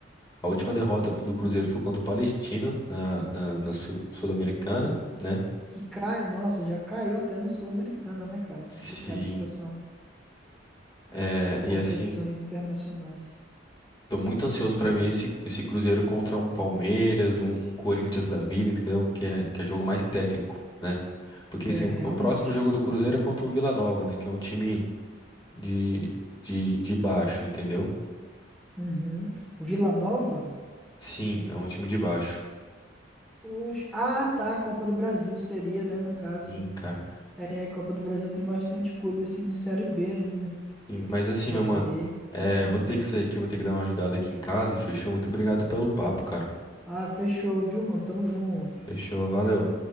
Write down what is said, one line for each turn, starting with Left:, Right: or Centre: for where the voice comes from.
Left: a última derrota do Cruzeiro foi contra o Palestino na, na, na Sul- Sul-Americana, né?
Centre: Que cai, nossa, já caiu até na Sul-Americana, né, cara? Complicada
Left: Sim,
Centre: a situação
Left: é,
Centre: em
Left: e
Centre: competições
Left: assim,
Centre: internacionais.
Left: tô muito ansioso pra
Centre: Ah,
Left: ver esse, esse Cruzeiro contra um Palmeiras, um, um Corinthians da vida, entendeu? Que é, que é jogo mais técnico, né? Porque
Centre: É,
Left: assim, o
Centre: realmente.
Left: o próximo jogo do Cruzeiro é contra o Vila Nova, né? Que é um time de, de, de baixo, entendeu?
Centre: Uhum. Vila Nova?
Left: Sim, é um time de baixo.
Centre: Oxe. Ah, tá. A Copa do Brasil seria, né? No caso.
Left: Sim, cara.
Centre: É, Copa do Brasil tem bastante clube, assim, de Série B ainda.
Left: Sim, Mas assim,
Centre: Série
Left: meu mano,
Centre: D.
Left: é,
Centre: Ah,
Left: vou ter que sair aqui, vou ter que dar uma ajudada aqui em casa. Fechou? Muito obrigado pelo papo, cara.
Centre: Ah, fechou, viu, mano? Tamo junto.
Left: Fechou, valeu.